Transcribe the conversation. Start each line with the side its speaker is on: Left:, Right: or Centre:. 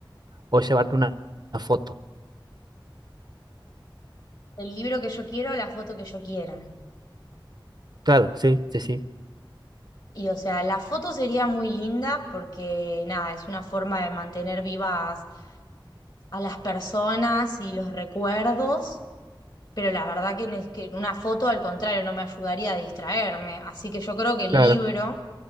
Right: o llevarte una, una foto?
Left: el libro que yo quiero, la foto que yo quiera.
Right: Claro, sí, sí, sí.
Left: Y o sea, la foto sería muy linda porque nada, es una forma de mantener vivas a las personas y los recuerdos, pero la verdad que, ne- que una foto al contrario no me ayudaría a distraerme. Así que yo creo que el
Right: Claro,
Left: libro,